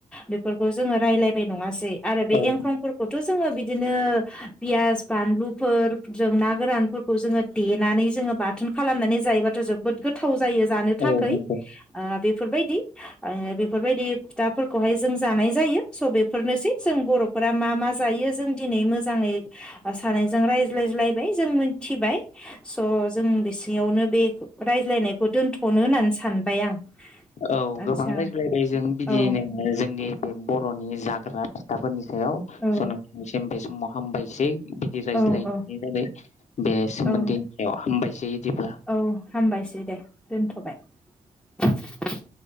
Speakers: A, in the centre; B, on the left.
A: बेफोरखौ जोंङो राय्लायबाय नंङासै आरो बे
B: औ
A: एंख्रंफोरखौथ' जोंङो बि बिदिनो पियास बानलुफोर जों ना गोरानफोरखौ जोंङो देनानै जोंङो बाथोन खालामनानै जायोबाथ' जोबोद गोथाव ज जायो जानो थाखाय
B: औ नंगौ
A: ओ बेफोरबायदि आङो बेफोरबायदि दाफोरखौहाय जों जानाय जायो स' बेफोरनोसै जों बर' फोर मा मा जायो जों दिनै मोजांङै सानैजों रायज्लायज्लायबाय जों मिथिबाय स' जों बिसेयावनो बे रायज्लायनायखौ दोनथ'नो होननानै सानबाय आं
B: औ
A: आदसा
B: गोबां रायज्लायबाय जों बिदिनो
A: औ
B: जोंनि बे बर'नि जाग्रा फिथाफोरनि सायाव
A: औ
B: स' नोंथांनिसिम बे समाव हामबायसै बिदि रायज्लाय
A: औ औ
B: नायै रायज्लाय बे सोमोन्दैनि
A: औ
B: सायाव हामबायसै बिदिब्ला
A: औ हामबायसै दे दोनथ'बाय